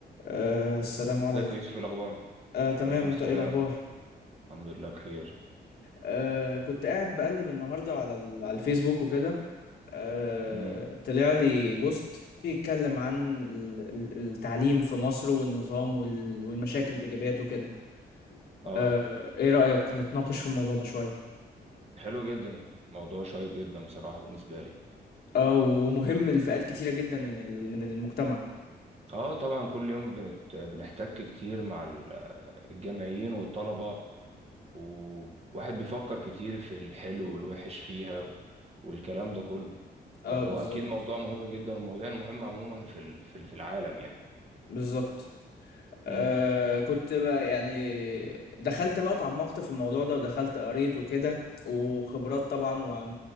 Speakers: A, on the left; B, on the right.
A: أه السلام
B: ازيك
A: عليكم
B: ازيك يا يوسف إيه الاخبار
A: أه تمام
B: وعليكم
A: انت
B: السلام
A: ايه الاخبار
B: الحمد لله بخير
A: أه كنت قاعد بقلب النهارده على ال- على الفيسبوك وكده أه
B: امم
A: طلع لي بوست بيتكلم عن ال- ال- التعليم في مصر والنظام وال- والمشاكل والايجابيات وكده
B: اه
A: أه ايه رأيك نتناقش في الموضوع ده شوية
B: حلو جدا موضوع شيق جدا بصراحه بالنسبه لي
A: اه ومهم لفئات كتيرة جدا من ال- من المجتمع
B: اه طبعا كل يوم بنت... بنحتك كتير مع ال- الجامعيين والطلبه وواحد بيفكر كتير في الحلو والوحش فيها والكلام ده كله
A: اه
B: فهو
A: بالظبط
B: اكيد موضوع مهم جدا المواضيع المهمه عموما في ال... في ال- في العالم
A: بالظبط آه
B: يعني
A: كنت بقى يعني دخلت بقى اتعمقت في الموضوع ده ودخلت قريت وكده وخبرات طبعا وعن